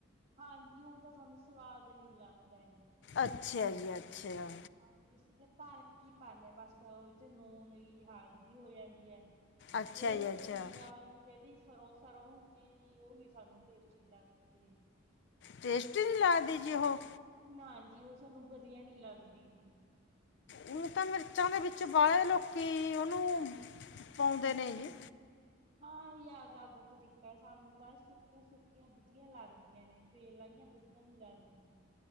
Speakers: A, on the right; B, on the left.
A: ਹਾਂ ਜੀ ਊਂ ਤਾਂ ਸਾਨੂੰ ਸਵਾਦ ਨੀ ਲੱਗਦਾ ਜੀ।
B: ਅੱਛਿਆ ਜੀ ਅੱਛਿਆ।
A: ਹਾਂਜੀ ਅਸੀਂ ਤਾਂ ਭਰ ਕੇ ਈ ਪਾਨੇ ਆਂ ਬਸ ਇਹ ਚ ਨੂਨ ਨਈਂ ਹਲਦੀ ਹੋ ਜਾਂਦੀ ਐ,
B: ਅੱਛਾ
A: ਉਹ
B: ਜੀ ਅੱਛਾ
A: ਜੀਰਾ ਆ ਜਿਹੜੀ ਸਰੋਂ ਸਰੋਂ ਹੁੰਦੀ ਆ ਜੀ ਉਹ ਨੀ ਸਾਨੂੰ ਟੇਸਟੀ ਲੱਗਦੀ ਹੈਗੀ।
B: ਟੇਸਟ ਨੀਂ ਲੱਗਦੀ ਜੀ ਉਹੋ?
A: ਨਾ ਜੀ ਉਹ ਸਾਨੂੰ ਵਧੀਆ ਨੀ ਲੱਗਦੀ ਜੀ।
B: ਊਂ ਤਾਂ ਮਿਰਚਾਂ ਦੇ ਵਿੱਚ ਬਾਹਲੇ ਲੋਕੀਂ ਉਹਨੂੰ ਪਾਉਂਦੇ ਨੇ ਜੀ।
A: ਹਾਂ ਉਹੀ ਆਵਦਾ ਆਵਦਾ ਤਰੀਕਾ ਸਾਨੂੰ ਤਾਂ ਸੁੱਕੀਆਂ ਸੁੱਕੀਆਂ ਵਧੀਆ ਲੱਗਦੀਆਂ ਨੇ। ਤੇਲ ਆਈਆਂ ਵਧੀਆ ਨੀ ਲੱਗਦੀਆਂ।